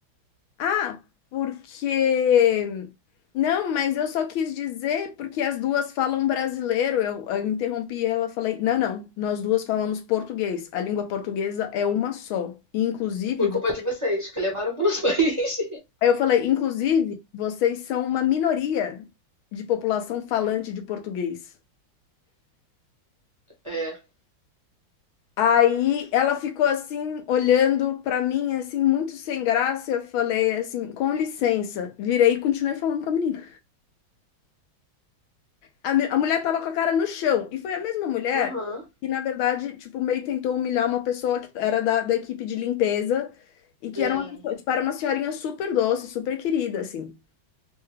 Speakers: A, on the left (about 80°); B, on the right (about 20°).
A: Ah, porque. Não, mas eu só quis dizer porque as duas falam brasileiro. Eu, eu interrompi ela, falei: Não, não, nós duas falamos português. A língua portuguesa é uma só. E, Inclusive,
B: Por
A: vo-
B: culpa de vocês, que levaram para os <laughs> países.
A: aí eu falei: Inclusive, vocês são uma minoria de população falante de português.
B: É.
A: Aí ela ficou assim, olhando pra mim, assim, muito sem graça. Eu falei assim, com licença. Virei e continuei falando com a menina. A, me- a mulher tava com a cara no chão. E foi a mesma mulher
B: Uhum.
A: que, na verdade, tipo, meio tentou humilhar uma pessoa que era da, da equipe de limpeza e que
B: Hum.
A: era uma, pessoa- tipo, era uma senhorinha super doce, super querida, assim.